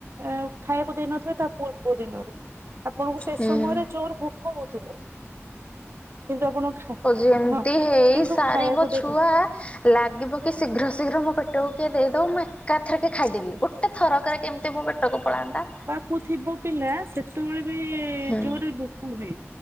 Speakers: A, on the right; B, on the left.
A: ଆଁ ଖାଇବାକୁ ଦେଇନଥିବେ ତା ପୂର୍ବ ଦିନରୁ। ଆପଣଙ୍କୁ ସେ
B: ହୁଁ
A: ସମୟରେ ଜୋର ଭୋକ ହଉଥିବ କିନ୍ତୁ ଆପଣ ଖା
B: ଯେମିତି
A: ହଁ
B: ହେଇ
A: କିନ୍ତୁ
B: ସାରିବ
A: ଖାଇବାକୁ ଦେବେ
B: ଛୁଆ। ଲାଗିବ କି ଶୀଘ୍ର ଶୀଘ୍ର ମୋ ପେଟକୁ କିଏ ଦେଇଦେବ ମୁଁ ଏକାଥେରେକ ଖାଇଦେବି ଗୋ ଟେ ଥରକରେ କେମିତି ମୋ ପେଟକୁ ପଳାନ୍ତା।
A: ଉ ଥିବ ପିଲା ସେତେବେଳେ ବି
B: ହୁଁ
A: ଜୋରରେ ଭୋକ ହୁଏ